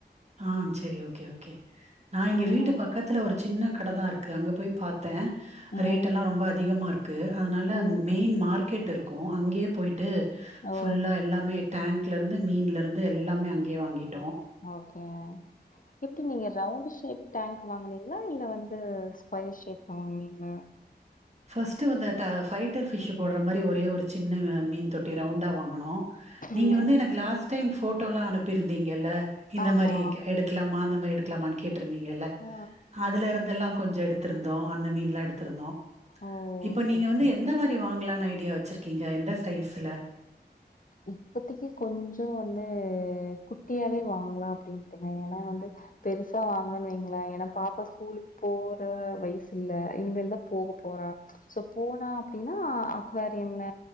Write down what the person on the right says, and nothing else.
ஆ சரி ஓகே ஓகே நா இங்க
வீட்டு பக்கத்துல ஒரு சின்ன கட தா இருக்கு அங்க போய் பாத் தேன்
ரேட் எல்லா ரொம்ப அதிகமா இருக்கு அதனால
மெயின் மார்கெட் இருக் கு அங்கே போயிட் டு
ஃபுல்லா எல்லாமே டேங்க் ட்லருந்து மீன்லருந்து எல்லாமே அங்கே வாங்கிட்
ஃபஸ்ட்டு வந்த ட ஃபைட்டர் ஃபிஷ்ஷு போடுற மாரி ஒரே ஒரு சின்ன ஆ மீன் தொட்டி ரவுண்டா வாங்குனோ நீங்க
வந்து எனக்கு லாஸ்ட் டைம் ஃபோட்டோலா அனுப்பிருந்தீங்கல்ல இந்த
மாரி எடுக்கலாமா அந்த மாரி எடுக் எடுக்கலாமானு கேட் ருந்தீங்கல்ல
அதுல இருந்தெல்லா கொஞ்சோ எடுத்திருந்தோ அந்த மீன்லா எடுத்திருந்தோ
இப்ப நீங்க
வந்து
எந்த மாரி வாங்கலாநு ஐ டியா வச்சிருக்கீங்க எந்த சைஸ்ல